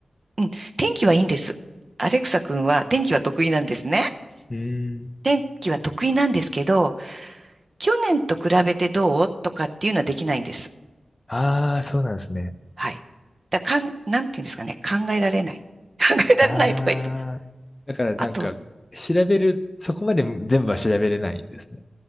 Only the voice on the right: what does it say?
うん。天気はいいんです。アレクサ君は天気は得意なんですね。
天気は得意なんですけど、去年と比べてどうとかっていうのはできないんです。
はい。だかん、なんていうんですかね。考えられない。<laughs> 考えられないとか言って。
あと、